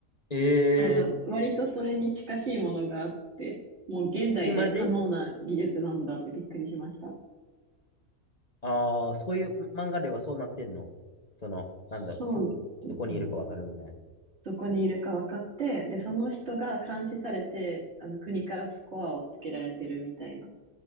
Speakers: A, on the left; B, on the right.
A: ええ
B: あの、割とそれに近しいものがあって、もう現代で可能な技術なんだってびっくりしました。
A: えマジああー、そういう漫画ではそうなってんのその、
B: そうですね。
A: なんだろう、すぐどこにいるかわかるみたいな。
B: どこにいるか分かって、で、その人が監視されて、あの、国からスコアをつけられてるみたいな